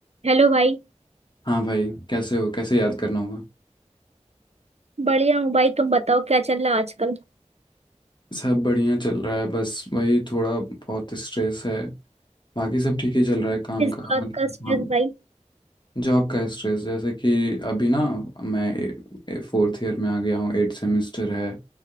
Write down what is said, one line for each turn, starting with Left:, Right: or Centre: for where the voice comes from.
Right: Hello भाई
Left: हाँ भाई कैसे हो कैसे याद करना होगा
Right: बढ़िया हूँ भाई तुम बताओ क्या चल रहा है आजकल
Left: सब बढ़िया चल रहा है बस वही थोड़ा बहुत स्ट्रेस है बाकी सब ठीक ही चल रहा है काम
Right: इस
Left: का
Right: बात
Left: मतलब
Right: का स्ट्रेस
Left: हाँ
Right: भाई
Left: जॉब का स्ट्रेस जैसे कि अभी ना मैं फोर्थ ईयर में आ गया हूँ एट सेमेस्टर है